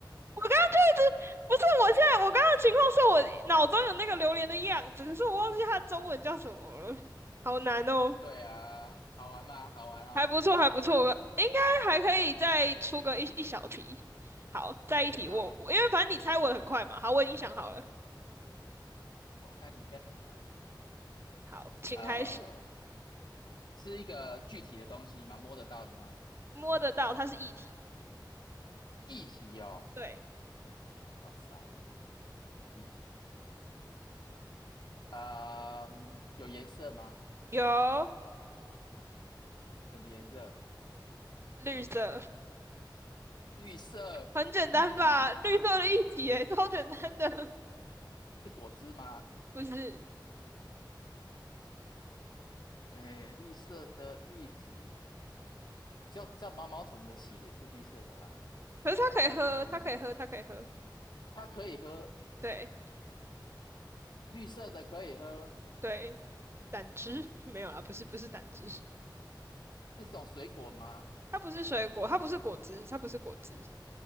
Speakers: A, on the right; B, on the left.
A: 我刚刚就一直不是，
B: <laughs>
A: 我现在我刚刚的情况是我脑中有那个榴莲的样子，可是我忘记它中文叫什么了，好难哦，
B: 对啊，好玩吗？好玩哦。
A: 还不错，还不错，应该还可以再出个一一小题。好，再一题，
B: 好，
A: 我我因为反正你猜我的很快嘛，好，我已经想好了，
B: 我猜你应该很难。
A: 好，请开始。
B: 呃，是一个具体的东西吗？摸得到的吗？
A: 摸得到，它是液体，
B: 液体哦，
A: 对，
B: 哇塞，液体，液体。呃，有颜色吗？
A: 有
B: 什么颜色？
A: 绿色。
B: 绿色液体
A: 很简单吧？绿色的液体耶，超简单的，
B: 是果汁吗？
A: <laughs> 不是？
B: 诶，绿色的液体我知道我知道毛毛虫的血是绿色的啊，
A: 可是它可以喝，
B: 那时候什么是绿色？
A: 它可以喝，它可以喝。
B: 它可以喝
A: 对
B: 绿色的，可以喝，
A: 对，胆汁 <laughs> 没有啦，不是不是胆汁，
B: 这是种水果吗？
A: 它不是水果，它不是果汁，它不是果汁，